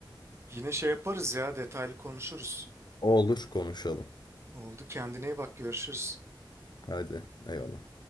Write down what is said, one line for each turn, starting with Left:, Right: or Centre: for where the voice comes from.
Right: Yine şey yaparız ya detaylı konuşuruz.
Left: Olur konuşalım.
Right: Oldu kendine iyi bak görüşürüz.
Left: Hadi eyvallah.